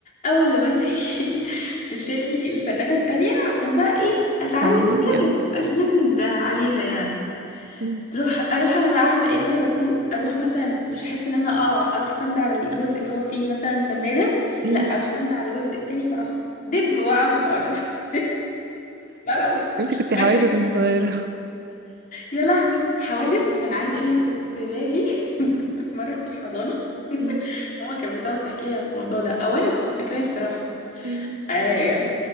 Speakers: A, on the left (about 40°); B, on the right (about 50°).
A: اول لما تيجي <laughs> تشيل لي السنادة التانية عشان بقى ايه اتعلم
B: تعودي
A: وكده
B: يعني
A: مبقاش بسند عليها يعني
B: مم.
A: تروح اروح انا بقى اعمل ايه وانا بسوق اروح مثلا مش احس ان انا اقع اروح سند على الجزء اللي هو فيه مثلا سنادة
B: مم.
A: لا اروح سند على الجزء التاني فاروح دب واقع في الارض <laughs> لا العظيم
B: انت كنت حوادث
A: خدت
B: وانت صغيرة
A: يا لهوي حوادث ده انا عايزه اقول لك كنت باجي <laughs> كنت في مره في الحضانه
B: مم.
A: <laughs> ماما كانت بتقعد تحكي لي على الموضوع ده او انا كنت فاكراه بصراحه
B: مم.
A: آه